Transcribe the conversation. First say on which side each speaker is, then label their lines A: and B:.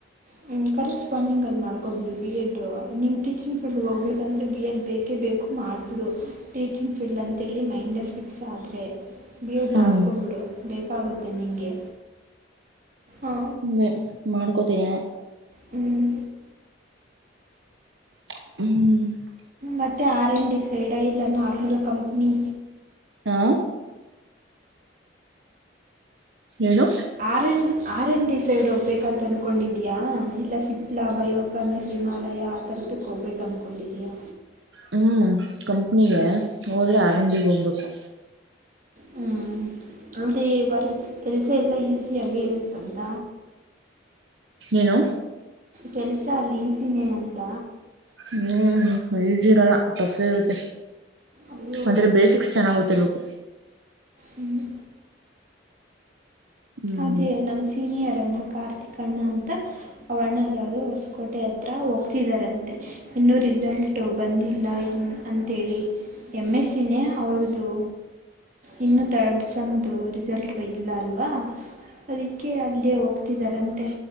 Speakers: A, on the right; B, on the right.
A: ಹ್ಮ್ ಕರೆಸ್ಪಾಂಡಿಂಗ್ ಅಲ್ಲಿ ಮಾಡ್ಕೊಬಿಡು ಬಿ ಎಡ್ ನಿಮ್ ಟೀಚಿಂಗ್ ಫೀಲ್ಡ್ ಹೋಗಬೇಕಂದ್ರೆ ಬಿ ಎಡ್ ಬೇಕು ಕೆ ಬೇಕು ಮಾಡಿಬಿಡು ಟೀಚಿಂಗ್ ಫೀಲ್ಡ್ ಅಂತೇಳಿ ಮೈಂಡಲ್ಲಿ ಫಿಕ್ಸ್ ಆದ್ರೆ ಬಿ ಎಡ್
B: ಹ್ಮ್
A: ಮಾಡ್ಕೊಡ್ಬಿಡು ಬೇಕಾಗುತ್ತೆ ನಿಂಗೆ ಆ
B: ಮೇ ಮಾಡ್ಕೋತೀನೆ
A: ಹ್ಮ್
B: ಹ್ಮ್
A: ಮತ್ತೆ ಆರ್ ಆಂಡ್ ಡಿ ಸೈಡ್ ಇಲ್ಲ ನಾರ್ಮಲ್ ಕಂಪ್ನಿ
B: ಹಾ ಏನು
A: ಅರಣ ಆರ್ಯ ಡಿ ಸೈಡ್ ಹೋಗ್ಬೇಕಂತ ಅಂದ್ಕೊಂಡಿದ್ಯಾ ಇಲ್ಲ ಸಿಪ್ಲಾ ಬಯೋಕಮ ಹಿಮಾಲಯ ಅಥರುಡುಕ್ ಹೋಗ್ಬೇಕು ಅಂದ್ಕೊಂಡಿದಯಾ
B: ಹ್ಮ್ ಕಂಪ್ನಿಗೆ ಹೋದ್ರೆ ಆರ್ ಎನ್ ಡಿಗೆ ಹೋಗ್ಬೇಕು
A: ಹ್ಮ್ ಆಂಟಿ ಬರೀ ಕೆಲಸ ಎಲ್ಲ ಈಸಿಯಾಗೇ ಇರುತ್ತಂತ
B: ಏನು
A: ಕೆಲಸ ಅಲ್ಲಿ ಈಸಿನೇ ಅಂತ
B: ಹ್ಮ ಈಸಿ ಇರಲ್ಲ ಟಫ್ ಇರುತ್ತೆ
A: ಅಯ್ಯೋ
B: ಅದ್ರ ಬಸಿಕ್ಸ್ ಚೆನ್ನಾಗ್ ಗೊತ್ತಿರ್ಬೇಕು
A: ಹ್ಮ್
B: ಹ್ಮ್
A: ಅದೇ ನಮ್ಮ ಸೀನಿಯರ್ ಅಣ್ಣ ಕಾರ್ತಿಕ್ ಅಣ್ಣ ಅಂತ ಅವಣ್ಣ ಅ ಯಾವ್ದೋ ಹೊಸ್ಕ ಕೋಟೆ ಹತ್ರ ಹೋಗ್ತಿದ್ದಾರಂತೆ ಇನ್ನೂ ರಿಸಲ್ಟು ಬಂದಿಲ್ಲ ಇನ್ ಅಂತೇಳಿ ಏಮ್ಮೆಸ್ಸಿನೇ ಅವರ್ದು ಇನ್ನು ತರ್ಡ್ ಸಮ್ದು ರಿಸಲ್ಟ್ ಇಲ್ಲ ಅಲ್ವಾ ಅದಕ್ಕೆ ಅಲ್ಲಯೇ ಹೋಗ್ತಿದ್ದಾರಂತೆ